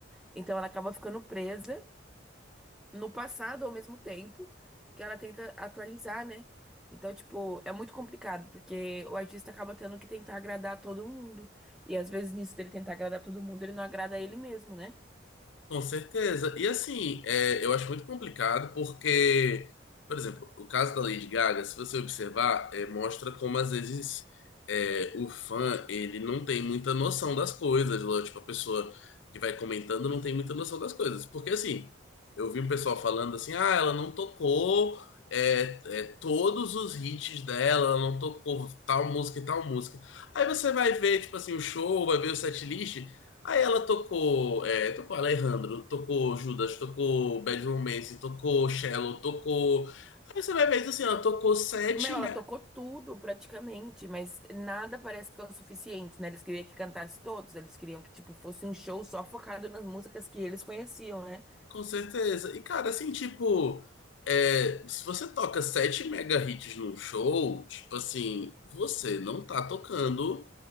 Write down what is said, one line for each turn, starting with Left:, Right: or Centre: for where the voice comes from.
Centre: Então ela acaba ficando presa no passado ao mesmo tempo que ela tenta atualizar, né? Então, tipo, é muito complicado, porque o artista acaba tendo que tentar agradar todo mundo. E às vezes nisso dele tentar agradar todo mundo, ele não agrada ele mesmo, né?
Left: Com certeza. E assim, é, eu acho muito complicado porque, por exemplo, o caso da Lady Gaga, se você observar, é, mostra como às vezes é, o fã ele não tem muita noção das coisas, né? Tipo, a pessoa que vai comentando não tem muita noção das coisas. Porque assim, eu vi um pessoal falando assim, ah, ela não tocou é, é, todos os hits dela, ela não tocou tal música e tal música. Aí você vai ver, tipo assim, o show, vai ver o setlist. Aí ela tocou, é, tocou Alejandro, tocou Judas, tocou Bad Romance, tocou Shallow, tocou. Aí você vai ver assim, ela tocou sete,
Centre: Meu, ela
Left: me-
Centre: tocou tudo praticamente, mas nada parece que é o suficiente, né? Eles queriam que cantasse todos, eles queriam que, tipo, fosse um show só focado nas músicas que eles conheciam, né?
Left: com certeza. E cara, assim, tipo, é, se você toca sete mega hits num show, tipo assim, você não tá tocando.